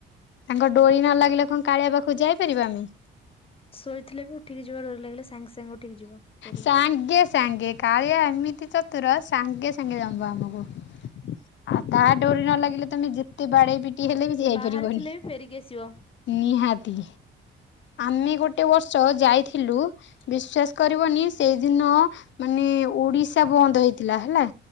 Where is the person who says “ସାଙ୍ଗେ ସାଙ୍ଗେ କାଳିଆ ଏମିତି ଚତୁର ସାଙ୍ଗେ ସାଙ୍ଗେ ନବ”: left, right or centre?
Left